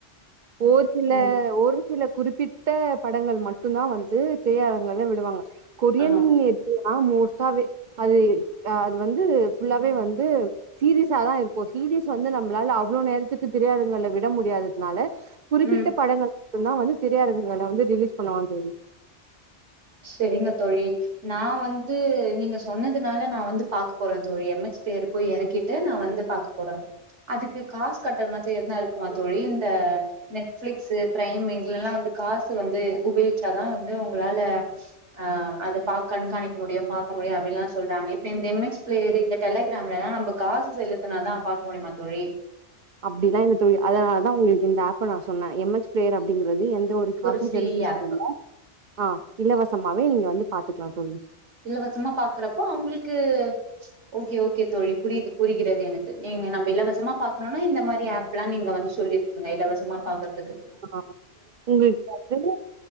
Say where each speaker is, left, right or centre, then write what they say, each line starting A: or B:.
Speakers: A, on the right (about 55°); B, on the right (about 75°).
A: ஓர் சில
B: ம்
A: ஓரு சில குறிப்பிட்ட படங்கள் மட்டுந்தா வந்து திரையரங்குகள்ல விடுவாங்க கொரியன்
B: ஆ
A: நா மோஸ்ட்டாவே அது அ அது வந்து ஃபுல்லாவே வந்து சீரீஸாாதா இருக்கோ சீரிஸ் வந்து நம்பளால அவ்வளோ நேரத்துக்கு திரையரங்குகள்ல விட முடியாததுனால குறிப்பிட்ட
B: ம்
A: படங்களுக்குதா வந்து திரையரங்குகள்ல வந்து ரிலீஸ் பண்ணுவா தோழி
B: செரிங்க தோழி நா வந்து நீங்க சொன்னதுனால நா வந்து பாக்க போறே தோழி எம் எச் பியர் போய் எறக்கிட்டு நா வந்து பாக்க போற அதுக்கு காசு கட்டறன எதுனா இருக்குமா தோழி இந்த நெட்ஃபிளிக்ஸு பிரைமு இதுலலா வந்து காசு வந்து உபயோகிச்சாதா வந்து உங்களால ஆ அது கண்காணிக்க முடியு பாக்க முடியு அப்டீல்லா சொல்றாங்க இப்ப இந்த எம் எக்ஸ் பிளேயர் இந்த டெலகிராம்லலா நம்ப காசு செலுத்துனாதா பாக்க முடியுமா தோழி
A: அப்புடிலா இல்ல தோழி அதனாலதா உங்குளுக்கு இந்த ஆப் ப நா சொன்னே எம் எஸ் பிளேர் அப்டீங்கறது எந்த ஒரு காசும்
B: ஃப்ரீ
A: செலுத்த தேவயில்ல
B: ஆப்
A: ஆ இலவசமாவே நீங்க வந்து பாத்துக்கலா தோழி
B: இலவசமா பாக்குறப்போ உங்குளுக்கு ஓகே ஓகே தோழி புரியுது புரிகிறது எனக்கு நீங்க நம்ப இலவசமா பாக்கணோனா இந்த மாரி ஆப்லா நீங்க வந்து சொல்லி ங்க இலவசமா பாக்குறதுக்கு
A: ஆ உங்குளுக்கு வந்து